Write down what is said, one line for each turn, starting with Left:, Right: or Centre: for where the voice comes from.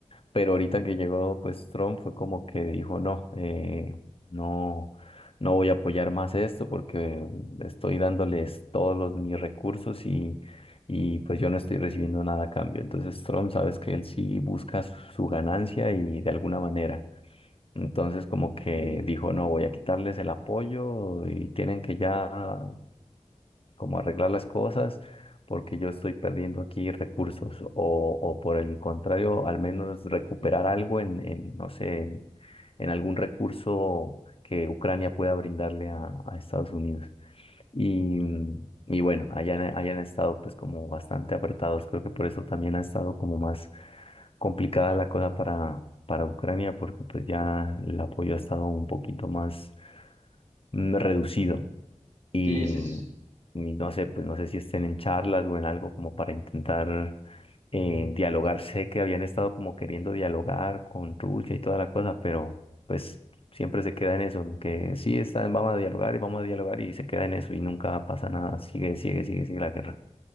Left: Pero ahorita que llegó pues Trump fue como que dijo, no, eh, no, no voy a apoyar más esto porque estoy dándoles todos los, mis recursos y, y pues yo no estoy recibiendo nada a cambio. Entonces Trump, sabes que él sí busca su, su ganancia y de alguna manera. Entonces como que
Right: Sí.
Left: dijo, no, voy a quitarles el apoyo y tienen que ya como arreglar las cosas, porque yo estoy perdiendo aquí recursos, o, o por el contrario, al menos recuperar algo en, en, no sé, en, en algún recurso que Ucrania pueda brindarle a, a Estados Unidos. Y, y bueno, hayan, hayan estado pues como bastante apretados, creo que por eso también ha estado como más complicada la cosa para... para Ucrania porque pues ya el apoyo ha estado un poquito más mm, reducido y,
Right: Sí, sí, sí,
Left: y no sé, pues no sé si estén en charlas o en algo como para intentar eh, dialogar. Sé que habían estado como queriendo dialogar con Rulla y toda la cosa, pero pues siempre se queda en eso, en que sí, están, vamos a dialogar y vamos a dialogar y se queda en eso y nunca pasa nada. Sigue, sigue, sigue, sigue la guerra.